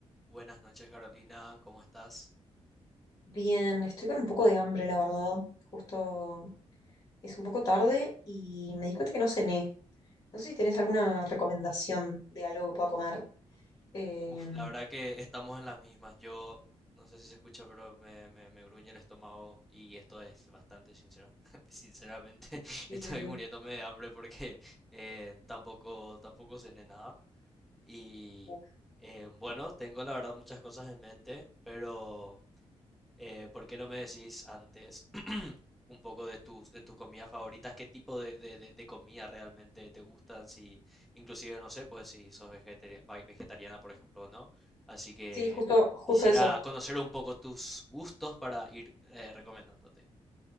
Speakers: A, in the centre; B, on the left.
A: Buenas noches, Carolina, ¿cómo estás?
B: Bien, estoy con un poco de hambre, la verdad. Justo es un poco tarde y me di cuenta que no cené. No sé si tenés alguna recomendación de algo que pueda comer.
A: Uf,
B: Eh,
A: uf, la verdad que estamos en las mismas. Yo no sé si se escucha, pero me, me, me gruñe el estómago y esto es bastante sincera. <laughs> Sinceramente, <laughs>
B: sí,
A: estoy
B: sí, sí.
A: muriéndome de hambre porque eh, tampoco, tampoco cené nada. Y
B: Uf.
A: eh, bueno, tengo la verdad muchas cosas en mente, pero... Eh, ¿por qué no me decís antes <clears throat> un poco de tus, de tus comidas favoritas? ¿Qué tipo de, de, de- de comida realmente te gustan? Si, inclusive, no sé, pues si sos vegetaria- va- vegetariana, por ejemplo, o no. Así que
B: Sí, justo, justo
A: quisiera
B: eso.
A: conocer un poco tus gustos para ir eh, recomendándote.